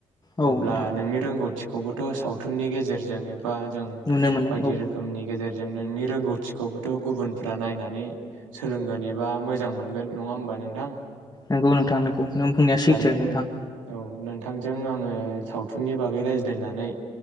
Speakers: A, on the left; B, on the right.
A: औ
B: अब्ला
A: नोंथां
B: नोंनि रोंगौथि खौबोथ' सावथुननि गेजेरजों बा जों
A: नुनो मोनो
B: बायदि
A: औ
B: रोखोमनि गेजेर जोंनो नि रोंगौथि खौबोथ' गुबुनफ्रा नायनानै सोलोंगोन एबा मोजां मोनगोन नङा होमबा नोंथां।
A: नोंगौ नोंथां नोंगौ नों बुंनाया सैथो
B: दायो
A: नोंथां।
B: औ नोंथांजों आङो सावथुननि बागै रायज्लायनानै